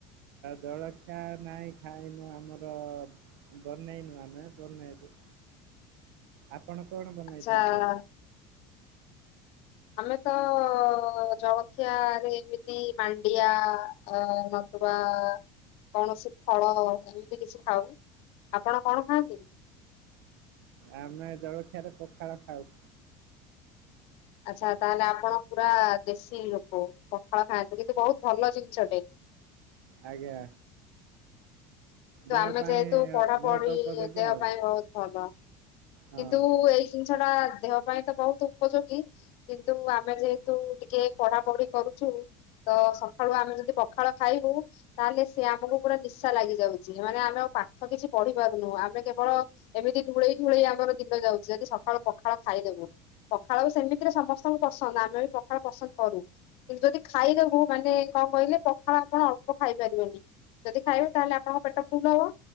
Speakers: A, on the right; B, on the left.
A: ଜଳଖିଆ ନାହିଁ ଖାଇନୁ ଆମର ବନେଇନୁ ଆମେ ବନେଇବୁ। ଆପଣ କଣ ବନେଇଛନ୍ତି?
B: ଆଚ୍ଛା ଆମେ ତ ଜଳଖିଆରେ ଏମିତି ମାଣ୍ଡିଆ। ବା କୌଣସି ଫଳ ଏମିତି କିଛି ଖାଉ ଆପଣ କଣ ଖାଆନ୍ତି?
A: ଆମେ ଜଳଖିଆରେ ପଖାଳ ଖାଉ।
B: ଆଚ୍ଛା ତାହେଲେ ଆପଣ ପୁରା ଦେଶୀ ଲୋକ ପଖାଳ ଖାଆନ୍ତି କିନ୍ତୁ ବହୁତ ଭଲ ଜିନିଷଟେ।
A: ଆଜ୍ଞା
B: କିନ୍ତୁ
A: ଦେହ
B: ଆମେ
A: ପାଇଁ
B: ଯେହେତୁ ପଢାପଢି
A: ବହୁତ ଉପଯୋଗୀ
B: ଦେହ
A: ଆଉ।
B: ପାଇଁ ବହୁତ ଭଲ
A: ହଁ
B: କିନ୍ତୁ ଏଇ ଜିନିଷ ଟା ଦେହ ପାଇଁ ତ ବହୁତ ଉପଯୋଗୀ। କିନ୍ତୁ ଆମେ ଯେହେତୁ ଟିକେ ପଢା ପଢି କରୁଛୁ ତ ସକାଳୁ ଆମେ ଯଦି ପଖାଳ ଖାଇବୁ ତାହେଲେ ସେ ଆମକୁ ପୁରା ନିଶା ଲାଗି ଯାଉଛି ମାନେ ଆମେ ଆଉ ପାଠ କିଛି ପଢି ପାରୁନୁ ଆମେ କେବଳ ଏମିତି ଢୁଳେଇ ଢୁଳେଇ ଆମର ଦିନ ଯାଉଛି ଯଦି ସକାଳୁ ପଖାଳ ଖାଇଦେବୁ। ପଖାଳ ବି ସେମିତିରେ ସମସ୍ତଙ୍କୁ ପସନ୍ଦ ଆମେ ବି ପଖାଳ ପସନ୍ଦ କରୁ। କିନ୍ତୁ ଯଦି ଖାଇଦେବୁ ମାନେ କଣ କହିଲେ ପଖାଳ ଆପଣ ଅଳ୍ପ ଖାଇପାରିବେନି। ଯଦି ଖାଇବେ ତାହେଲେ ଆପଣଙ୍କ ପେଟ ଫୁଲ ହବ।